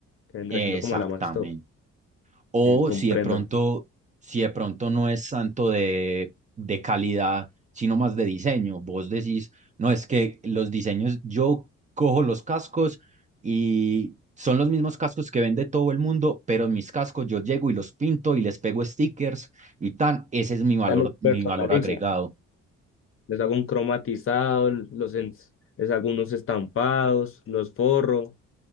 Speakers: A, on the left; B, on the right.
A: que vendría
B: exactamente.
A: siendo como la más top.
B: O
A: Eh, comprendo.
B: si de pronto, si de pronto no es tanto de, de calidad, sino más de diseño. Vos decís, no, es que los diseños, yo cojo los cascos y son los mismos cascos que vende todo el mundo, pero mis cascos yo llego y los pinto y les pego stickers y tan, ese es mi valor,
A: Ya los
B: mi
A: personalizo.
B: valor agregado.
A: Les hago un cromatizado, los en- les hago unos estampados, los forro.